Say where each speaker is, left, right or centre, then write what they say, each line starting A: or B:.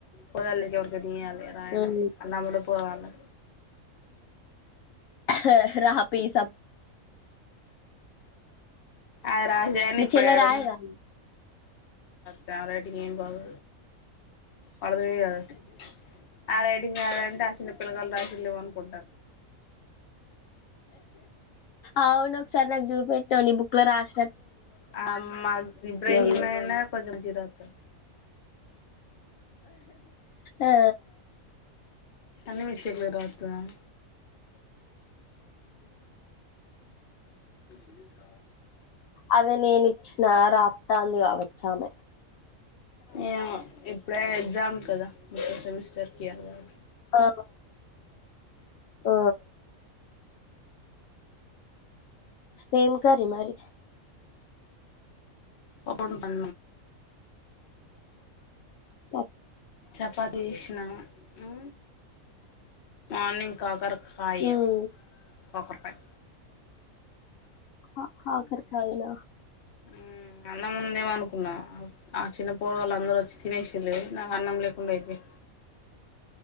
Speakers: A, on the left (about 50°); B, on the left (about 75°).
A: ప నయణం
B: మ్
A: అలా పోవాలి
B: హ రా ప ఈస
A: ఆ రాజా అన్న
B: మీ
A: ఇప్పుడ
B: చెల్లె
A: ఆడు
B: రాయదా
A: త రేటింగ బగు పడదవి కాదు అస ఆ రైటింగ్ కాదంటే ఆ చిన్న పిల్లగాలు రాసలు లేవ అనుకుంటారు
B: అవును ఒకసారి నాకు చూపెట్నావు న బుక్ లో రాసి
A: ఆ మా ఇబ్రహీమ్
B: ఉన్నది
A: అయినా కొంచెం జరాతో
B: ఆ
A: అనిమి ఇచ్చ చెక్లే రా ప స్
B: అదే నేను ఇచ్చిన రాతంది కాబట్టి చామే
A: ఏమో ఇప్పుడే ఎగ్జామ్స్ సద ప్రతి సెమిస్టర్ కి ఇయాల కదా
B: ఆ ఒ ఏం కరీ మరి
A: అప్పుడు అ
B: పప్
A: చపాతి చేసిన ఊ మార్నింగ్ కాకర కాయ
B: ఉమ్
A: కొకరకాయ్
B: అ కాకర్ కాయల
A: ఊ అన్న ముందే వండుకున్నా చిన్న పోర గాళ్ అందరు వచ్చి తినేసిన్ లు గద నాక్ అన్నంలే వున్నాయి